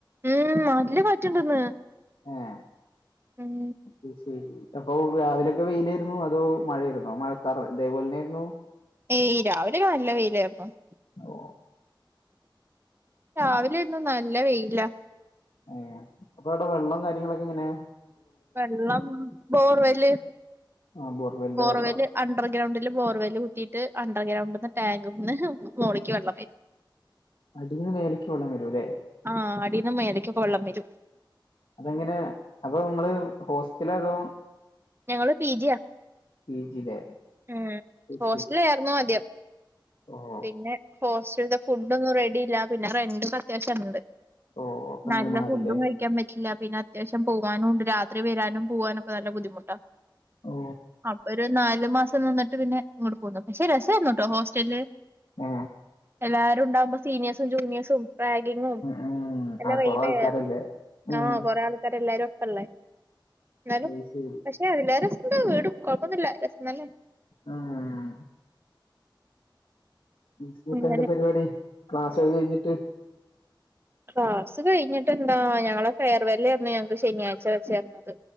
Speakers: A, on the right; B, on the left.
A: ഉം നല്ല കാറ്റ്ണ്ടന്ന്
B: ഏഹ്
A: ഉം
B: അത് ശരി അപ്പൊ രാവിലെക്കെ വെയിലായിരുന്നു അതോ മഴയിരുന്നോ മഴകാറ് ഇതേപോലെ ന്നെയായിരുന്നു
A: ഏയ് രാവിലെ നല്ല വെയിലായിരുന്നു പ്പൊ
B: ഓ
A: രാവിലെ എന്നും നല്ല വെയ്‌ലാ
B: ഏ അപ്പൊ അടെ വെള്ളം കാര്യങ്ങളൊക്കെ എങ്ങനെയാ
A: വെള്ളം ബോർവല്
B: ആഹ് ബോർവെലിന്റെ
A: ബോർവല്
B: വെള്ളം
A: അ അണ്ടർഗ്രൗണ്ടില് ബോർവെല് കുത്തീയിട്ട് അണ്ടർഗ്രൗണ്ട്ന്ന് ടാങ്ക് ന്ന് മോളിക്ക് വെള്ളം വരും <inaudible>
B: അടിന്ന് മേലയ്ക്ക് വെള്ളം വരൂല്ലേ
A: ആഹ് അടീന്ന്മേലക്ക് ഒക്കെ വെള്ളം വരും
B: അതെങ്ങനെ അപ്പ നിങ്ങള് ഹോസ്റ്റലാതോ
A: ഞങ്ങള് പിജിയ
B: പി ജിയിലെ
A: ഉം
B: അത്
A: ഹോസ്റ്റല
B: ശരി
A: ആയിരുന്നു ആദ്യം
B: ഓഹ്
A: പിന്നെ ഹോസ്റ്റൽത്തെ ഫുഡ്ഒന്നും റെഡിഇല്ല പിന്നെ റെൻ്റ് അത്യാവശ്യണ്ട്
B: ഓ അപ്പൊ അങ്ങനെ
A: നല്ല
B: മാറില്ലേ
A: ഫുഡും കഴിക്കാൻ പറ്റില്ല പിന്നെ അത്യാവശ്യം പോവാനുംണ്ട് രാത്രി വരാനും പോവാനൊക്കെ നല്ല ബുദ്ധിമുട്ടാ
B: ഓ
A: അപ്പൊരു നാൽ ര് മാസം നിന്നിട്ട് പിന്നെ ഇങ്ങട്ട് പോന്നു പക്ഷെ രസേർന്ന്ട്ടോ ഹോസ്റ്റലില്
B: ആ
A: എല്ലാരും ഉണ്ടാവുമ്പോ സീനിയഴസും ജൂനിയേഴസും റാഗിങ്ങും
B: ഉം
A: എല്ലാം
B: ആ
A: വൈ
B: കൊറേ ആൾക്കാരല്ലേ
A: ഡേ
B: ഉം
A: ആഹ് കൊറേ ആൾക്കാര് എല്ലാരും ഒപ്പല്ലേ എന്നാലും
B: അത് ശരി
A: പക്ഷെ അതില രസം ന്താ വീടും കൊഴപ്പൊന്നില്ല രസംതന്നെ
B: ആഹ് സ്കൂൾക്ക്‌
A: അങ്ങനെ
B: എന്താ പരിപാടി ക്ലാസ് ഒക്കെ കഴിഞ്ഞിട്ട്
A: ക്ലാസ് കഴിഞ്ഞിട്ട് എന്താ ഞങ്ങളെ ഫെയർവെല്ലായിരുന്നു ഞങ്ങക്ക് ശനിയാഴ്ച വെച്ചേരുന്നത്